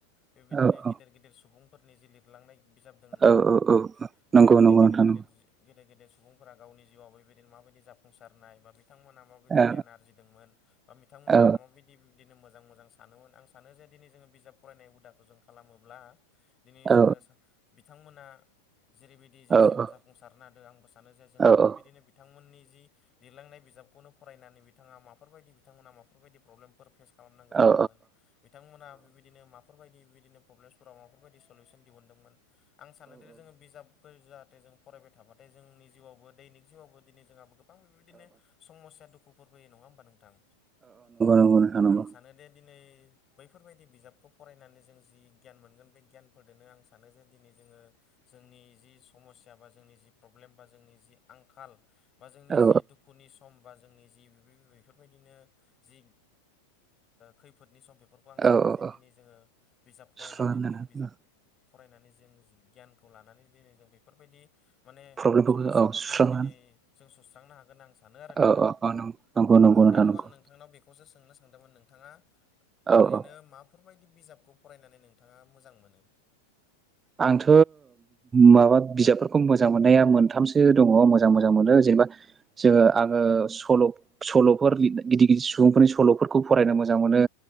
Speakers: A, on the left (about 25°); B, on the right (about 20°).
A: बेबायदिनो
B: औ औ
A: गेदेर गिदिर सुबुंफोरनि जि लिर लिरलांनाय बिजाब दोङो नंङा
B: औ
A: होमबा नोंथां
B: औ नंगौ
A: बेबायदिनो
B: नंगौ
A: गेदेर
B: नोंथां नंगौ
A: गेदेर गेदेर गेदेर सुबुंफोरा गावनि जिउआव बेबायदि माबायदि जाफुंसारनाय बा बिथांमोना मा बादि
B: औ
A: गियान आरजिदोंमोन ओ बिथांमोना
B: औ
A: मा बायदि? बिदिनो मोजां मोजां सानोमोन आं सानो जे दिनै जोङो बिजाब फरायनाय हुदाखौ जों खालामोब्ला दिनै
B: औ
A: जोंङो सा बिथांमोना जेरैबायदि जि
B: औ
A: जिउआव जाफुंसारनो
B: औ
A: हादों आंबो सा सानो जे जोंबो
B: औ
A: बेबायदिनो
B: औ
A: बिथांमोननि जि लिरलांनाय बिजाबखौनो फरायनानै बिथांङा माफोरबायायदि बिथांमोना माफोरबायदि प्रब्लेमफोर फेस खालामनांगौ
B: नंगौ
A: जादोंमोन बिथांमोना बेबायदिनो माफोरबायदि बिदिनो प्रब्लेमसफोराव माफोरबायदि सलुसन दिहुनदोंमोन आं सानो दि जोंङो बिजाब फोर जाहाथे जों फरायबाय थाबाथाय जोंनि जिउआवबो दैनिक जिउआवबो दिनै जोंहाबो गोबां बेबायदिनो समस्या दुखुफोर फैयो नङा ओमबा नोंथां
B: नंगौ नोंथां नंगौ
A: आं सानो दे दिनै बैफोरबाय बिजाबखौ फरायनानै जों जि गियान मोनगोन बे गियान फोरदोनो आं सानो जे दिनै जोङो जोंनि जि समस्या बा जोंनि जि प्रब्लेम बा जोंनि जि आंखाल बा जोंनि
B: औ औ
A: जि दुख खुनि सम बा जोंनि जि बेफोरबायदिनो जि खैफोदनि सम बेफोरखौ आं सानो
B: औ
A: जे
B: औ
A: दिनै जोङो बिजाब फरायनानै
B: सुस्रांनानै
A: जों बिजाब फरायनानै जों गियानखौ लानानै दिनै जों बेफोरबायदि माने
B: प्रब्लेमफोरखौ
A: समस्याफोरखौ
B: औ सुस्रांनानै
A: दिनै जों सुस्रांनो हागोन आं सा सानो आरो नोंथां
B: औ औ औ नंगौ नंगौ नोंथां
A: दाथ'
B: नंगौ
A: आं नों नोंथांनाव बेखौसो सोंनो सानदोंमोन नोंथाङा ओरैनो
B: औ औ
A: मा फोरबायदि बिजाबखौ फरायनानै नोंथाङा मोजां मोनो?
B: आंथ' माबा बिजाबफोरखौ मोजां मोननाया मोनथामसो दङ मोजां मोजां मोनो जेनेबा जोङो
A: औ नोंथां
B: आङो सल' सल'फोर गिदिर गिदिर सुबुंफोरनि सल'फोरखौ फरायनो मोजां मोनो।